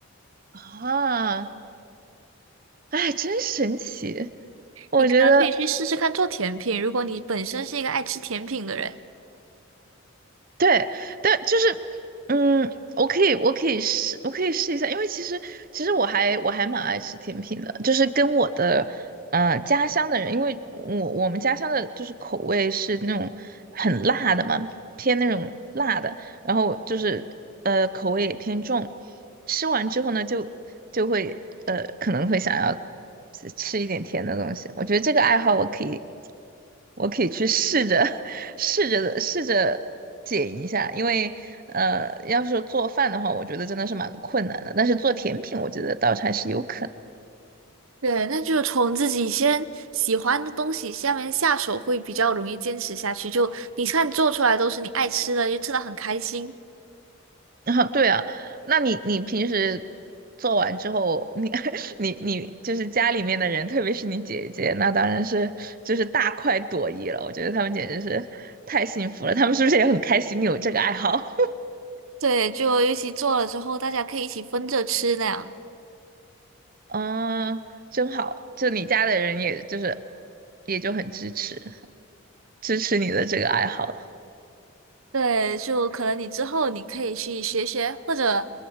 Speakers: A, on the right; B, on the right.
A: 啊，哎，真神奇。我觉得，
B: 你可能可以去试试看做甜品，如果你本身是一个爱吃甜品的人。
A: 对，但就是，嗯，我可以，我可以试，我可以试一下，因为其实，其实我还我还蛮爱吃甜品的，就是跟我的呃家乡的人，因为我我们家乡的就是口味是那种很辣的嘛，偏那种辣的，然后就是呃口味也偏重，吃完之后呢，就就会呃，可能会想要吃吃一点甜的东西。我觉得这个爱好我可以，我可以去试着 <laughs> 试着的试着减一下，因为呃，要是做饭的话，我觉得真的是蛮困难的。但是做甜品，我觉得倒是还是有可能。
B: 对，那就从自己先喜欢的东西下面下手，会比较容易坚持下去。就你看做出来都是你爱吃的，就吃的很开心。
A: 啊，对啊，那你你平时做完之后，你 <laughs> 你你就是家里面的人，特别是你姐姐，那当然是就是大快朵颐了。我觉得他们简直是太幸福了，他们是不是也很开心你有这个爱好？
B: 对，就尤其做了之后，大家可以一起分着吃那样。
A: <laughs> 嗯，真好，就你家的人也就是也就很支持支持你的这个爱好。
B: 对，就可能你之后你可以去学学，或者